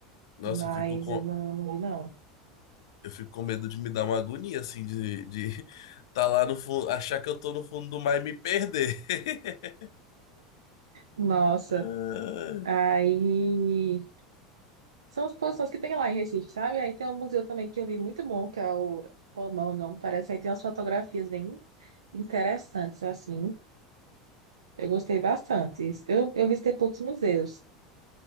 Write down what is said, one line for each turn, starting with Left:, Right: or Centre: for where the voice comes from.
Left: Nossa,
Right: Mas
Left: eu fico com,
Right: eu não, não vi, não.
Left: eu fico com medo de me dar uma agonia assim de, de <laughs> tá lá no fundo, achar que eu tô no fundo do mar e me perder. <laughs>
Right: Nossa.
Left: Ah,
Right: Aí. São as posições que tem lá em Recife, sabe? Aí tem um museu também que eu vi muito bom, que é o. Romão, não parece. Aí tem umas fotografias bem interessantes, assim. Eu gostei bastante. Eu, eu visitei poucos museus.